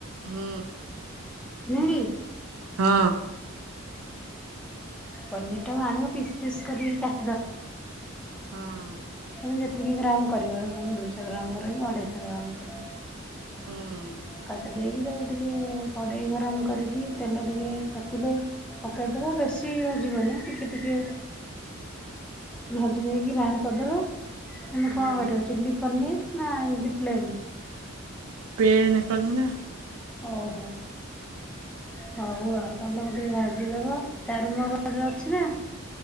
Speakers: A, on the right (about 85°); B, in the centre.
A: ହଁ।
B: ନ <unintelligible>
A: ହଁ।
B: ପନିର ଟା ଆଣିବ ପିସ୍ ପିସ୍ କରିକି
A: ହଁ
B: ତମେ ଯେତିକି ଗ୍ରାମ କରିବ ତମେ ଦୁଇଶହ ଗ୍ରାମ କର କି ଅଢେଇଶହ ଗ୍ରାମ କର।
A: ହଁ ଅଁ
B: କାଟି ଦେଇକି ତାକୁ ଟିକେ କଡେଇ ଗରମ କରିକି ତେଲ ଟିକେ ତାତିଲେ ପକେଇଦବା ବେଶୀ ଭାଜିବନି, ଟିକେ ଟିକେ ଭାଜି ଦେଇକି ବାହାର କରିଦେବା। ଆମେ
A: ହୁଁ
B: କଣ କରିବା ଚିଲି ପନିର ନା ଏମିତି ପ୍ଲେନ
A: ପ୍ଲେନେ କରିମି ନା
B: ଓହୋ ହଉ ଆଉ ପନିର କୁ ଟିକେ ଭାଜିଦବ ଚାରୁମଗଜ ଅଛି ନା?